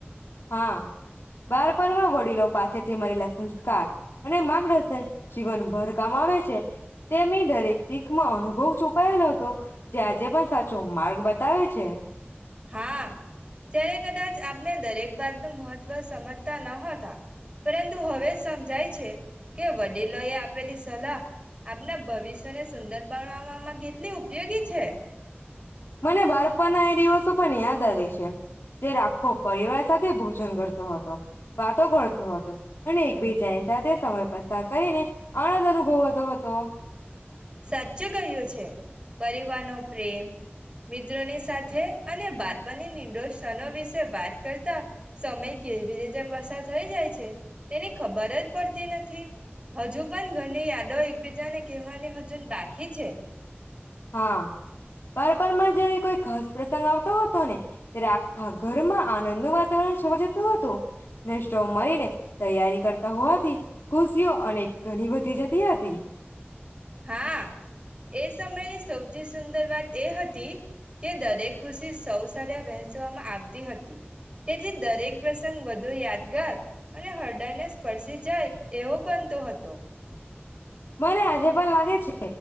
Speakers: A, on the left; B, on the right.
A: હા, બારપણમાં વડીલો પાસે તે મરે. <inaudible> સંસ્કાર અને માર્ગદર્શન જીવનભર કમાવે છે, તેમની દરેક શીખમાં અનુભવ છુપાયેલો હતો જે આજે પણ સાચો માર્ગ બતાવે છે.
B: હા, જ્યારે કદાચ આપને દરેક વાત મહત્વ સમજતા ન હતા. પરંતુ હવે સમજાય છે કે વડીલોએ આપ આપેલી સલાહ આપના ભવિષ્યને સુંદર બનાવામાં કેટલી ઉપયોગી છે.
A: મને બાળપણના એ દિવસો પણ યાદ આવે છે. જે રાખો પરિવાર સાથે ભોજન કરતો હતો. વાતો કરતો હતો અને એકબીજાની સાથે સમય પસાર કરીને આનંદ અનુભવતો હતો.
B: સાચું કહ્યું છે પરિવારનો પ્રેમ મિત્રોની સાથે અને બાળપની નિંદોષનો વિશે વાત કરતા સમય કેવી રીતે પસાર થઈ જાય છે. તેને ખબર જ પડતી નથી. હજુ પણ ઘણી યાદો એકબીજાને કહેવાની હ <inaudible> બાકી છે.
A: હા. બાળપમાં જયારે <unintelligible> સ પ્રસંગ આવતો હતો ને ત્યારે આખા ઘરમાં આનંદ વાત <unintelligible> જતું હતું. <inaudible> મળરીને તૈયારી કરતા હોવાથી ખુશીઓ અને ઘણી બધી <unintelligible> જતી હતી.
B: હા, એ સમય સૌથી સુંદર વાત એ હતી કે દરેક ખુશી સૌ સ વહેચવામાં આવતી હતી. તેથી દરેક પ્રસંગ વધુ યાદગાર, અને હૃદયને સ્પર્શી જાય એવો બનતો હતો.
A: મને આજે પણ લાગે છે